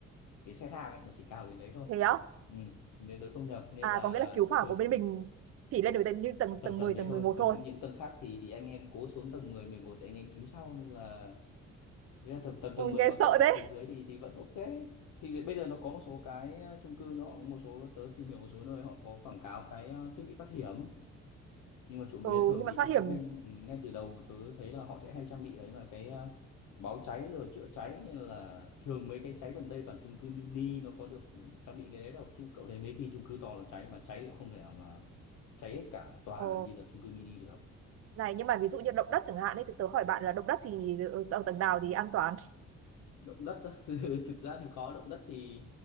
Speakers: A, on the left; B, on the right.
A: cái xe thang ấy nó chỉ cao đến đấy thôi
B: thế á
A: ừ, nếu tớ không nhầm nên
B: à
A: là
B: có nghĩa
A: là
B: là cứu hỏa
A: thường
B: của bên mình chỉ lên được tầng như tầng
A: tầm
B: tầng
A: tầm
B: mười
A: đấy
B: tầng
A: thôi
B: mười một
A: còn
B: thôi
A: những những tầng khác thì thì anh em cố xuống tầng mười mười một để anh em cứu sau nên là Thế là tầm tầm
B: ui
A: tầng 10
B: nghe
A: mà
B: sợ
A: cậu chạy
B: đấy
A: xuống dưới thì thì vẫn ok. Thì bây giờ nó có một số cái ờ, chung cư nó cũng một số tớ tìm hiểu một số nơi họ có quảng cáo cái ờ, thiết bị thoát hiểm nhưng mà trộm
B: ừ
A: vía thường
B: nhưng mà
A: thì
B: thoát
A: chung
B: hiểm
A: cư ngay ngay từ đầu tớ thấy là họ sẽ hay trang bị ấy mà cái ờ, báo cháy rồi chữa cháy nên là thường mấy cái cháy gần đây toàn chung cư mini nó có được trang bị cái đấy đâu chứ cậu thấy mấy cái chung cư to nó cháy mà cháy cũng không thể nào mà cháy hết cả tòa
B: ờ
A: như là chung cư mini được.
B: này nhưng mà ví dụ như động đất chẳng hạn ấy thì tớ hỏi bạn là động đất thì ở tầng nào thì an toàn
A: động đất á. <laughs> thực ra thì khó động đất thì